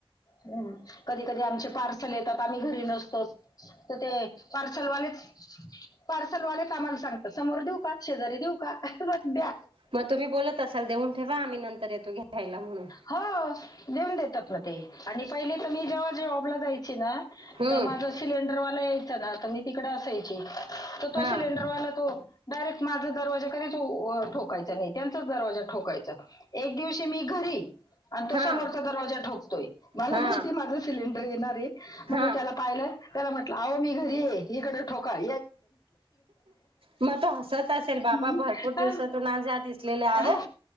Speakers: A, on the left; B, on the right.
A: हम्म कधी कधी आमचे पार्सल येतात आम्ही घरी नसतोच. तर ते पार्सल वालेच... पार्सलवाले का आम्हाला सांगत समोर देऊ का शेजारी देऊ का बर द्या...
B: मग तुम्ही बोलत असाल देऊन ठेवा आम्ही.. नंतर येतो घ्यायला म्हणून
A: हो देेऊन देतात म ते.... आणि पहिली तर मी जेव्हा जाबला जायची ना
B: हम्म
A: तर माझ सिलेंडरवाला यायच ना कड असायची तो
B: हा
A: सिलेंडरवा तो डायरेक् माझ दरवाजा कधीच ठो... ठोकायच नाही त्यांचाच दरवाजा ठोकायचा एक दिवशी मी घरी... आणि तो
B: हा
A: समोरचा दरवाजा ठोकतोय मला
B: हा
A: माहितीय माझं सिलेंडर येणार आहे मग
B: हा
A: मी त्याला पाहिलंय... त्याला म्हटलं आहो मी घरी ये इकडें ठोकाय..
B: मग तो हासत असेल
A: द्यायला.
B: बाबा भरपूर दिवसातून आज ह दिसलेल्या...
A: हां,
B: ह..